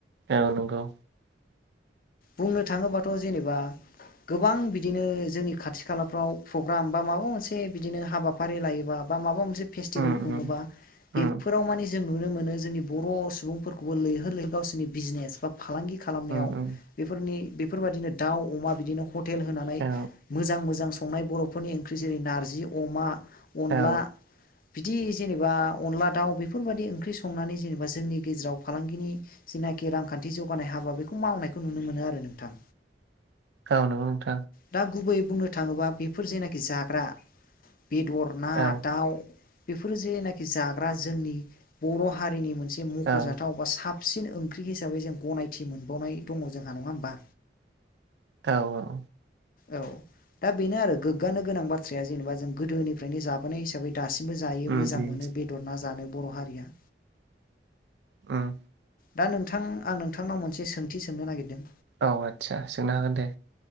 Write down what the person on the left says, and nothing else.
बुंनो थाङोबाथ' जेनेबा गोबां बिदिनो जोंनि खाथि खालाफ्राव प्रग्राम बा माबा मोनसे बिदिनो हाबाफारि लायोबा बा माबा मोसे फेसतिभेल
खुंङोब्ला
बेफोराव माने जों नुनो मोनो जोंनि बर' सुबुंफोरखौबो लैहोर लैहोर गावसिनि बिजनेस बा फालांगि खालामनायाव
बेफोरनि बेफोरबायदिनो दाउ अमा बिदिनो हटेल होनानै
मोजां मोजां संनाय बर'फोरनि ओंख्रि जेरै- नारजि अमा अनला
बिदि जेनेबा अनला दाउ बेफोरबायदि ओंख्रि संनानै जेनेबा जोंनि गेजेराव फालांगिनि जेना खि रांखान्थि जौगानाय हाबा बेखौ मावनायखौ नुनो मोनो आरो नोंथां
दा गुबैयै बुंनो थाङोबा बेफोर जेनाखि जाग्रा, बेदर ना
दाउ बेफोरो जेनाखि जाग्रा जोंनि बर' हारिनि मोन, जे मख'जाथाव
बा साब सिन ओंख्रि हिसाबै जों गनायथि मोनबावनाय दङ जोंहा नङा होमबा
औ दा बेनो आरो गोग्गानो गोनां बाथ्राया जेनेबा जों गोदोनिफ्रायनो जाबोनाय हिसाबै दासिमबो जायो
मोजां
मोनो बेदर ना जानो बर' हारिया।
दा नोंथां आं नोंथांनाव मोनसे सोंथि सोंनो नागिरदों।